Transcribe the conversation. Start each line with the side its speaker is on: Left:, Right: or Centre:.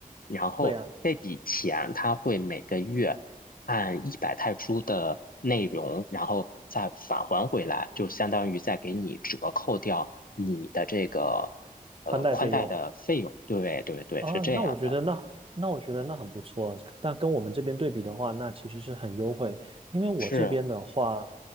Left: 然后这笔钱他会每个月按一百泰铢的内容，
Right: 对呀，
Left: 然后再返还回来，就相当于再给你折扣掉你的这个
Right: 宽带费用。
Left: 呃宽带的费用。对对对，
Right: 啊，
Left: 是这样的，
Right: 那我觉得那那我觉得那很不错。但跟我们这边对比的话，那其实是很优惠。因为我这边的话，
Left: 是，